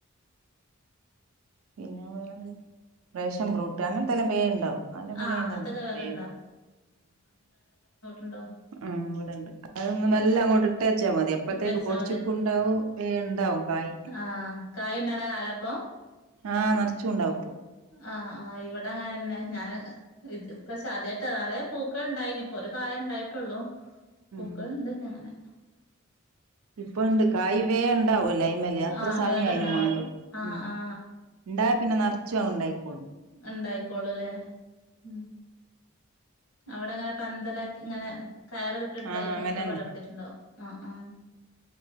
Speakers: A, on the right (about 75°); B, on the left (about 75°).
A: പിന്നെ വേറെന്ത് ഫാഷൻ ഫ്രൂട്ട് അങ്ങനത്തെല്ല വ ഹോണ്ടാവും അല്ല ഇവിടെണ്ട
B: ആഹ് അങ്ങനത്തൊക്കെ വേഗം
A: വേ
B: ഉണ്ടോ
A: ആ ഇവിടെണ്ട് അതൊന്നും എല്ലാം അങ്ങോട്ട് ഇട്ടച്ചാ മതി എപ്പോഴത്തേക്ക്
B: ഇട്ടച്ചാ
A: പൊടിച്ചുക്ക ഉണ്ടാവും വ ഉണ്ടാവും കായ്
B: ആഹ്‌ കായ ഇണ്ടാണ കാലപ്പൊ
A: ആഹ് നറച്ചുണ്ടാവും
B: ആഹ് ആഹ്‌ ഇവിടെ അങ്ങനെന്നെ ഞാൻ ഇത് പ്രശാദ്യായിട്ട് നിറയ പൂക്കൾ ഇണ്ടായിന് ഇപ്പൊ ഒരു കായ ഉണ്ടായിട്ടുള്ളു പൂക്കൾ
A: ഉം
B: ഉണ്ട് അങ്ങനെ
A: ഇപ്പ ഇണ്ട് കായ വേ ഉണ്ടാവോ ലൈമല് അത്ര
B: ആഹ്
A: സമയായി
B: വേഗം ഇണ്ടാവും
A: മേണ്ടും
B: ആഹ്
A: ഉ
B: ആഹ്
A: ഉണ്ടായ പിന്നെ നിറച്ചു അ ഉണ്ടായിക്കോളും
B: ഉണ്ടായിക്കോളൂ അല്ലേ ഉം അവിടെ അങ്ങനെ പന്തലാക്കി ഇങ്ങനെ കയറ കെട്ടിടുത്തായി
A: ആഹ് അങ്ങനെന്നെ
B: കൂടെ പടർത്തിയിട്ടുണ്ടോ ആഹ് ആഹ്